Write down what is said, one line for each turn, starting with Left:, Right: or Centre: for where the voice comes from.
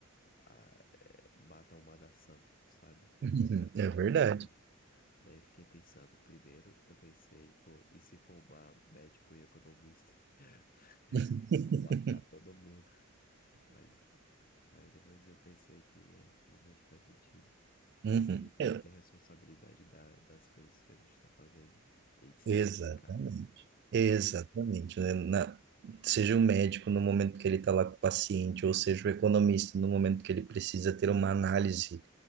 Left: ah, é, mata uma nação, sabe?
Right: Uhum. Uhum. É
Left: Daí
Right: verdade.
Left: eu fiquei, daí eu fiquei pensando. Primeiro, eu pensei, pô, e se for uma médico e economista? <laughs>
Right: <laughs>
Left: Vou matar todo mundo. Mas, mas depois eu pensei que é, realmente faz sentido. A
Right: Uhum.
Left: gente tem
Right: É,
Left: que ter responsabilidade da, das coisas que a gente está fazendo e de se
Right: Exatamente.
Left: dedicar.
Right: Exatamente, né? Na- seja o médico no momento que ele está lá com o paciente, ou seja o economista no momento que ele precisa ter uma análise